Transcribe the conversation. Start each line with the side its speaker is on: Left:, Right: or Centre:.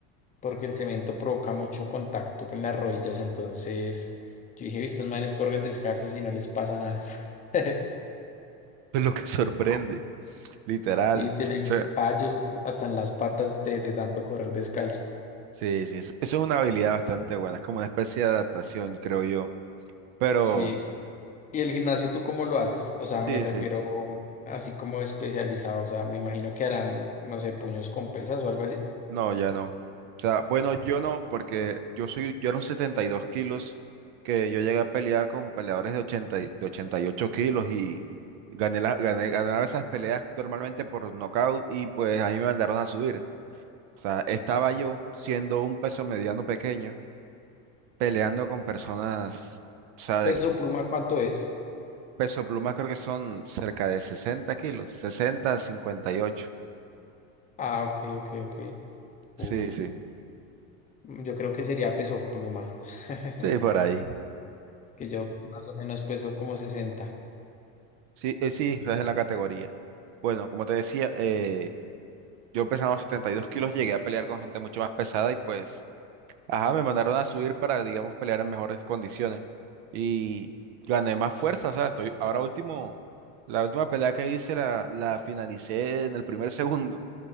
Left: porque el cemento provoca mucho contacto con las rodillas, entonces yo dije, "Vi, estos manes corren descalzos y no les pasa nada. <laughs>
Right: Es lo que <laughs> sorprende, literal.
Left: Sí, tienen
Right: O sea,
Left: callos hasta en las patas de de tanto correr descalzo.
Right: sí, sí, es- eso es una habilidad bastante buena, es como una especie de adaptación, creo yo. Pero
Left: Sí, ¿Y el gimnasio tú cómo lo haces? O sea,
Right: sí,
Left: me refiero
Right: sí.
Left: así como especializado, o sea, me imagino que harán, no sé, puños con pesas o algo así.
Right: No, ya no. O sea, bueno, yo no, porque yo soy, yo era un 72 kilos, que yo llegué a pelear con peleadores de ochenta y- de 88 kilos y gané, la, gané, ganaba esas peleas normalmente por nocaut y pues a mí me mandaron a subir. O sea, estaba yo siendo un peso mediano pequeño, peleando con personas, o sea, de
Left: ¿Peso pluma cuánto es?
Right: peso pluma creo que son cerca de 60 kilos, sesenta cincuenta y ocho
Left: Ah, ok, ok, ok.
Right: Sí,
Left: Uf,
Right: sí,
Left: mm, yo creo que sería peso pluma, <laughs>
Right: sí, por ahí.
Left: que yo más o menos peso como sesenta.
Right: Sí, eh, sí, estás en la categoría. Bueno, como te decía, eh, yo pesaba y dos kilos, llegué a pelear con gente mucho más pesada y pues, ajá, me mandaron a subir para, digamos, pelear en mejores condiciones. Y gané más fuerza, o sea, estoy, ahora último, la última pelea que hice la, la finalicé en el primer segundo.